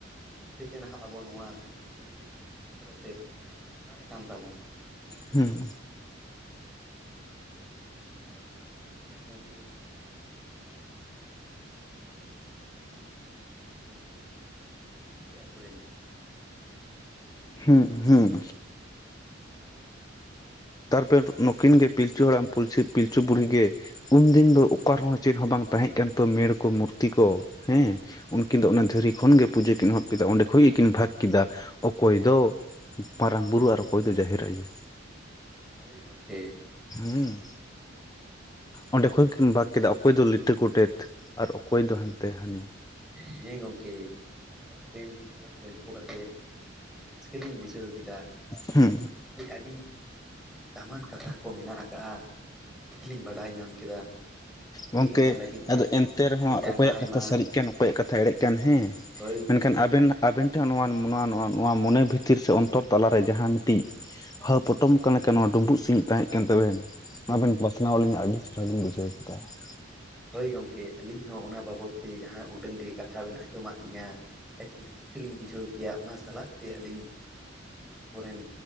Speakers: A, in the centre; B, on the left.
A: ᱤᱠᱟᱹᱛᱮ ᱱᱟᱦᱟᱜ ᱟᱵᱚ ᱱᱚᱣᱟ ᱫᱷᱟᱹᱨᱛᱤ ᱠᱩᱲᱤ ᱵᱚᱱ ᱧᱮᱞ ᱧᱟᱢ ᱟᱠᱟᱫᱟ ᱥᱮ ᱢᱟᱨᱥᱟᱞ ᱟᱠᱟᱱ ᱛᱟᱵᱚᱱᱟ᱾
B: ᱦᱩᱸ᱾
A: ᱟᱫᱚ ᱚᱱᱟ ᱛᱤᱞᱤᱧ ᱞᱟᱹᱭᱟ ᱜᱚᱝᱠᱮ ᱢᱟᱱᱮ, ᱡᱟᱦᱮᱨ ᱟᱭᱳ ᱡᱟᱦᱮᱨ ᱵᱟᱵᱟ ᱠᱷᱚᱱ ᱦᱚᱸ ᱯᱤᱞᱪᱩ ᱦᱟᱲᱟᱢ ᱯᱤᱞᱪᱩ ᱵᱩᱲᱦᱤ ᱜᱮ ᱟᱵᱚ ᱨᱮᱱ ᱵᱚᱸᱜᱟ ᱵᱩᱨᱩ ᱫᱚ᱾
B: ᱦᱮᱸ ᱦᱮᱸ᱾ ᱛᱟᱨᱯᱮᱨ ᱱᱩᱠᱤᱱ ᱜᱮ ᱯᱤᱞᱪᱩ ᱦᱟᱲᱟᱢ ᱯᱩᱞᱥᱤ ᱯᱤᱞᱪᱩ ᱵᱩᱲᱦᱤ ᱜᱮ, ᱩᱱᱫᱤᱱ ᱫᱚ ᱚᱠᱟ ᱨᱮᱦᱚᱸ ᱪᱮᱫ ᱦᱚᱸ ᱵᱟᱝ ᱛᱟᱦᱮᱸᱜ ᱠᱮᱱᱛᱚ ᱢᱮᱲ ᱠᱚ ᱢᱩᱨᱛᱤ ᱠᱚ ᱦᱮᱸ, ᱩᱱᱠᱤᱱ ᱫᱚ
A: ᱦᱳᱭ
B: ᱚᱱᱟ ᱫᱷᱤᱨᱤ ᱠᱷᱚᱱ ᱜᱮ ᱯᱩᱡᱟᱹ ᱠᱤᱱ ᱮᱦᱚᱵ ᱠᱮᱫᱟ, ᱚᱸᱰᱮ ᱠᱷᱚᱡ ᱜᱮᱠᱤᱱ ᱵᱷᱟᱜᱽ ᱠᱮᱫᱟ, ᱚᱠᱚᱭ ᱫᱚ ᱢᱟᱨᱟᱝ ᱵᱩᱨᱩ ᱟᱨ ᱚᱠᱚᱭ ᱫᱚ ᱡᱟᱦᱮᱨ ᱟᱭᱩ᱾
A: ᱦᱳᱭ ᱜᱚᱝᱠᱮ᱾
B: ᱦᱮᱸ,
A: ᱟᱫᱚ
B: ᱚᱸᱰᱮ ᱠᱷᱚᱱ
A: ᱜᱚᱢᱠᱮ
B: ᱜᱮᱠᱤᱱ ᱵᱷᱟᱜᱽ ᱠᱮᱫᱟ ᱚᱠᱚᱭ
A: ᱡᱟᱜᱮ
B: ᱫᱚ ᱞᱤᱴᱟᱹ ᱜᱚᱰᱮᱛ ᱟᱨ ᱚᱠᱚᱭ ᱫᱚ ᱦᱟᱱᱛᱮ ᱦᱟᱹᱱᱤ᱾
A: ᱦᱮᱸ ᱜᱚᱝᱠᱮ ᱟᱫᱚ ᱟᱵᱮᱱ ᱪᱟᱞᱟᱜ ᱵᱮᱱ᱾ ᱛᱳᱯᱚ ᱠᱟᱛᱮᱫ ᱟᱹᱰᱤ ᱨᱟᱹᱥᱠᱟᱹ ᱞᱤᱧ ᱵᱩᱡᱷᱟᱹᱣ ᱠᱮᱫᱟ
B: ᱦᱩᱸ
A: ᱟᱹᱵᱤᱱ ᱟᱹᱰᱤ ᱫᱟᱢᱟᱱ ᱫᱟᱢᱟᱱ ᱠᱟᱛᱷᱟ ᱠᱚ ᱢᱮᱱᱟᱜ ᱠᱟᱜ-ᱟ᱾ ᱱᱤᱛᱞᱤᱧ ᱵᱟᱰᱟᱭ ᱧᱟᱢ ᱠᱮᱫᱟ᱾ ᱦᱮᱸ ᱟᱹᱰᱤ
B: ᱜᱚᱝᱠᱮ
A: ᱚᱱᱟ ᱞᱟᱹᱜᱤᱫ ᱛᱮ
B: ᱟᱫᱚ ᱮᱱᱛᱮ ᱨᱮᱦᱚᱸ,
A: ᱟᱹᱰᱤ ᱟᱭᱢᱟ
B: ᱚᱠᱚᱭᱟᱜ
A: ᱟᱭᱢᱟ
B: ᱠᱟᱛᱷᱟ ᱥᱟᱹᱨᱤᱜ ᱠᱟᱱ ᱚᱠᱚᱭᱟᱜ ᱠᱟᱛᱷᱟ ᱮᱲᱮᱜ ᱠᱟᱱ ᱦᱮᱸ,
A: ᱦᱳᱭ
B: ᱢᱮᱱᱠᱷᱟᱱ ᱟᱵᱮᱱᱟᱜ ᱟᱵᱮᱱ ᱴᱷᱮᱱ ᱱᱚᱣᱟ ᱱᱚᱣᱟ ᱱᱚᱣᱟ ᱢᱚᱱᱮ ᱵᱷᱤᱛᱤᱨ ᱥᱮ ᱚᱱᱛᱚᱨ ᱛᱟᱞᱟᱨᱮ, ᱡᱟᱦᱟᱸ ᱢᱤᱫᱴᱤᱡ ᱦᱟᱣ ᱯᱚᱴᱚᱢ ᱠᱟᱱᱟ ᱞᱮᱠᱟ ᱱᱚᱣᱟ ᱰᱩᱢᱵᱩᱜ ᱥᱤᱜ ᱛᱟᱸᱦᱮᱜ ᱠᱟᱱ ᱛᱟᱵᱮᱱ, ᱚᱱᱟ ᱵᱮᱱ ᱯᱟᱥᱱᱟᱣ ᱟᱹᱞᱤᱧᱟᱹ ᱟᱹᱰᱤ ᱪᱮᱦᱨᱟ ᱞᱤᱧ ᱵᱩᱡᱷᱟᱹᱣ ᱠᱮᱫᱟ ᱾ <unintelligible>
A: ᱦᱳᱭ ᱜᱚᱝᱠᱮ, ᱟᱹᱞᱤᱧ ᱦᱚᱸ ᱚᱱᱟ ᱵᱟᱵᱚᱫ ᱛᱮ ᱡᱟᱦᱟᱸ ᱩᱰᱟᱹᱝ ᱜᱮ ᱠᱟᱛᱷᱟ ᱵᱮᱱ ᱟᱸᱡᱚᱢᱟᱫ ᱞᱤᱧᱟ᱾ ᱟᱹᱰᱤ ᱨᱟᱹᱥᱠᱟᱹ ᱞᱤᱧ ᱵᱩᱡᱷᱟᱹᱣ ᱠᱮᱭᱟ, ᱚᱱᱟ ᱥᱟᱞᱟᱜ ᱛᱮ ᱟᱹᱞᱤᱧ ᱵᱟᱝᱢᱟ ᱟᱵᱚᱨᱮᱱ